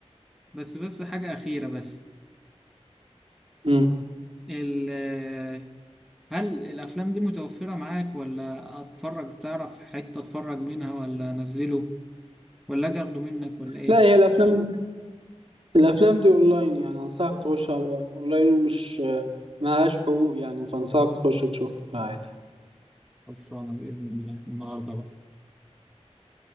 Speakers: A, in the centre; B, on the right.
A: بس بس حاجه اخيره بس
B: مم.
A: ال- هل الأفلام دي متوفرة معاك ولا أتفرج تعرف حتة أتفرج منها ولا أنزله ولا أجي أخده منك ولا إيه؟
B: لا هي الأفلام الأفلام دي أونلاين يعني أنصحك تخش على أونلاين ومش ملهاش حقوق يعني فأنصحك تخش تشوفها عادي
A: خلصانة بإذن الله النهاردة بقى